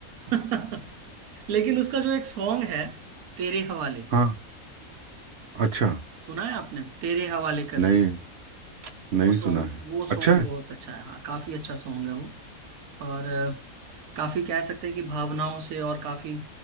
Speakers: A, on the right; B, on the right.
A: <laughs> लेकिन उसका जो एक सॉन्ग है तेरे हवाले
B: हाँ अच्छा
A: सुना है आपने तेरे हवाले कर
B: नहीं
A: दी
B: नहीं
A: वो सॉन्ग
B: सुना है
A: वो सॉन्ग
B: अच्छा है
A: बहुत अच्छा है हाँ काफी अच्छा सॉन्ग है वो और अ, काफी कह सकते हैं कि भावनाओं से और काफी